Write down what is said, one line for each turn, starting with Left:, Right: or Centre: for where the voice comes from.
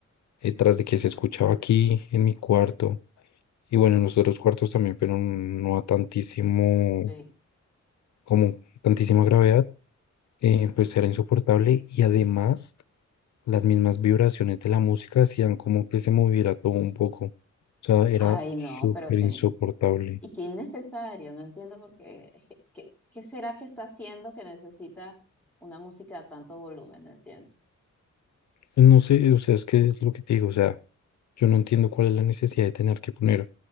Left: eh, tras de que se escuchaba aquí en mi cuarto, Y bueno, en los otros cuartos también, pero no a tantísimo,
Centre: Sí.
Left: como tantísima gravedad, eh, pues era insoportable y además las mismas vibraciones de la música hacían como que se moviera todo un poco. O sea, era
Centre: Ay, no,
Left: súper
Centre: pero qué.
Left: insoportable.
Centre: Y qué innecesario. No entiendo por qué. je- ¿Qué, qué será que está haciendo que necesita una música a tanto volumen? No entiendo. O
Left: No sé, o sea, es que es lo que te digo, o sea, yo no entiendo cuál es la necesidad de tener que poner